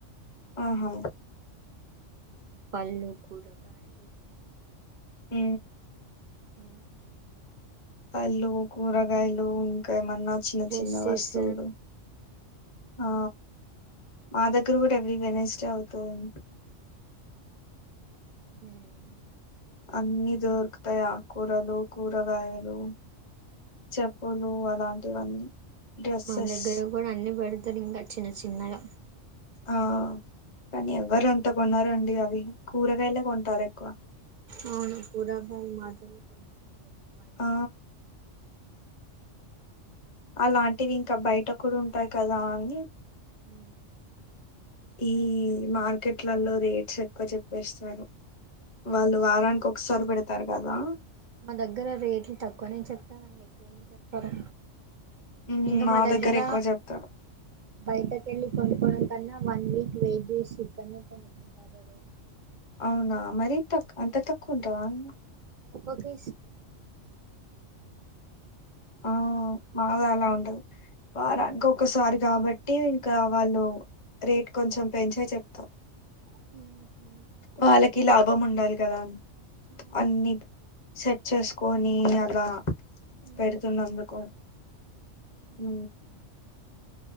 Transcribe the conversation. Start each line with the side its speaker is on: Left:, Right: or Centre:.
Left: ఆహా!
Right: పళ్ళు కూరగాయలు
Left: ఉ
Right: అ
Left: పల్లు కూరగాయలు ఇంకా ఏమన్నా చిన్న
Right: డ్రెస్సెస్
Left: చిన్న వస్తువులు ఆ మా దగ్గర కూడా ఎవరి వెనస్డే అవుతుంది
Right: హుమ్మ్
Left: అన్ని దొరుకుతాయి ఆకూరలు కూరగాయలు చెప్పులు అలాంటివన్నీ డ్రెస్సెస్
Right: మన దగ్గర కూడా అన్ని పెడతారు ఇంకా చిన్న చిన్నగా
Left: ఆ కానీ ఎవరు అంత కొనరండి అవి కూరగాయలే కొంటారు ఎక్కువ
Right: అవును కూరగాయలు మాత్రమే కొంటారు అండి
Left: ఆ
Right: ఎక్కువ
Left: అలాంటివి ఇంకా బయట కూడా ఉంటాయి కదా అని
Right: అ
Left: ఈ మార్కెట్లల్లో రేట్స్ ఎక్కువ చెప్పేస్తారు వాళ్ళు వారానికి ఒకసారి పెడతారు కదా
Right: మా దగ్గర రేట్లు తక్కువనే చెప్తారండి ఎక్కువేం చెప్పారు
Left: ఉమ్,
Right: ఇంకా మా దగ్గర
Left: ఎక్కువ చెప్తారు
Right: బయట వెళ్ళి కొనుకోవడం కన్నా వన్ వీక్ వెయిట్ జేసి చికెన్ కొనుకుంటారు
Left: అవునా మరీ తక్కు అంత తక్కువ ఉంటావా అ
Right: సారండీ
Left: ఆ మాగా అలా ఉండదు వారానికి ఒకసారి కాబట్టి ఇంక వాళ్ళు రేట్ కొంచెం పెంచే చెప్తాం
Right: హ
Left: వాళ్ళకి లాభం ఉండాలి కదా
Right: అవును
Left: అన్ని సెట్ చేసుకొని అలా
Right: ఉమ్
Left: పెడుతున్నందుకు
Right: అవును
Left: ఉ